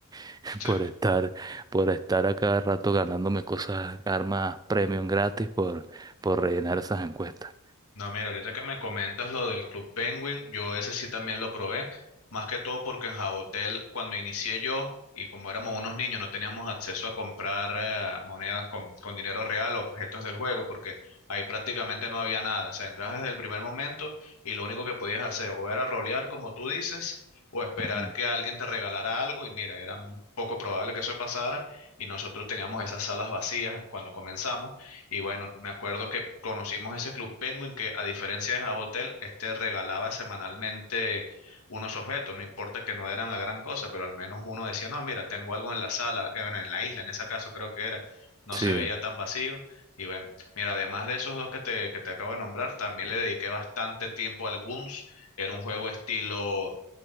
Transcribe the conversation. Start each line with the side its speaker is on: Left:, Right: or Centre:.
Right: <laughs>
Left: sí.
Right: por estar, por estar a cada rato ganándome cosas, armas premium gratis por, por rellenar esas encuestas.
Left: No, mira, ahorita que me comentas lo del Club Penguin, yo ese sí también lo probé, más que todo porque en Jabotel, cuando inicié yo, y como éramos unos niños, no teníamos acceso a comprar eh, monedas con, con dinero real o objetos del juego, porque ahí prácticamente no había nada. O sea, entrabas desde el primer momento y lo único que podías hacer o era rolear, como tú dices, o esperar
Right: Ujú.
Left: que alguien te regalara algo, y mira, era un poco probable que eso pasara, y nosotros teníamos esas salas vacías cuando comenzamos. Y bueno, me acuerdo que conocimos ese Club Penguin que a diferencia de Jabotel, este regalaba semanalmente unos objetos, no importa que no eran la gran cosa, pero al menos uno decía, no, mira, tengo algo en la sala, en, en la isla, en ese caso creo que era, no
Right: Sí.
Left: se veía tan vacío. Y bueno, mira, además de esos dos que te, que te acabo de nombrar, también le dediqué bastante tiempo al Guns, era un juego estilo